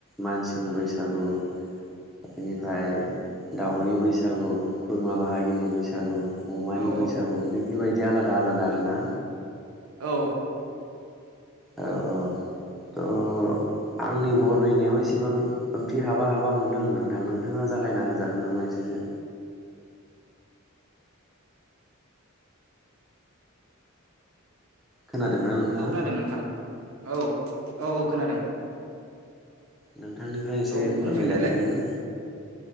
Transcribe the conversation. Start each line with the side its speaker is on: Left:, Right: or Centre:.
Centre: मानसिनि बैसागु बेनिफ्राय दाउनि बैसागु खुरमा बाहागिनि बैसागु अमानि
Right: औ
Centre: बैसागु
Right: औ
Centre: बे बेबायदि आला दा आला द आरोना
Right: औ
Centre: औ औ थ आंनि बरनायनायाव एसेबां ओंथि हाबा हाबा मोनदों आं नोंथां नोंथाङा जागायना होजागोन नामा एसेसो खोनादोंना नोंथाङा
Right: औ खोनादों नोंथां औ औ औ खोनादों
Centre: नोंथांनिफ्राय एसे
Right: औ बुंफिनलायलाय
Centre: फोरमायजाफिनगोन ना